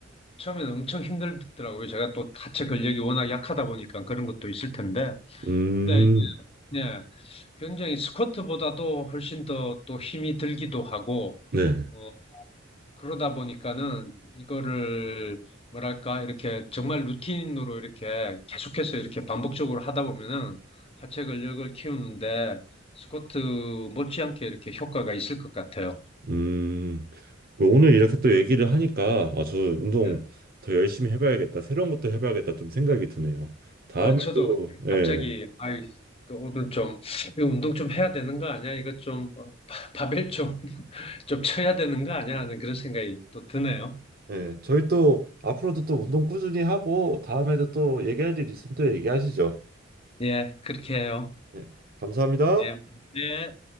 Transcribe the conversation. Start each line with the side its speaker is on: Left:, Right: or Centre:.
Left: 처음에는 엄청 힘들더라고요. 제가 또 하체 근력이 워낙 약하다 보니까 그런 것도 있을 텐데.
Right: 음,
Left: 근데 이게 굉장히 스쿼트보다도 훨씬 더 또 힘이 들기도 하고,
Right: 네.
Left: 어, 그러다 보니까는 이거를 뭐랄까 이렇게 정말 루틴으로 이렇게 계속해서 이렇게 반복적으로 하다 보면은 하체 근력을 키우는데 스쿼트 못지않게 이렇게 효과가 있을 것 같아요.
Right: 음, 뭐 오늘 이렇게 또 얘기를 하니까, 아, 저 운동
Left: 예.
Right: 더 열심히 해봐야겠다. 새로운 것도 해봐야겠다. 좀 생각이 드네요. 다음에
Left: 아, 저도
Right: 또,
Left: 그
Right: 예,
Left: 갑자기 아이 그 오늘 좀 이거 운동 좀 해야 되는 거 아니야? 이거 좀 어, 바- 바벨 좀 <laughs> 좀 쳐야 되는 거 아니야? 하는 그런 생각이 또 드네요.
Right: 네, 저희 또 앞으로도 또 운동 꾸준히 하고 다음에도 또 얘기할 일 있으면 또 얘기하시죠.
Left: 예, 그렇게 해요.
Right: 네, 감사합니다.
Left: 예, 예.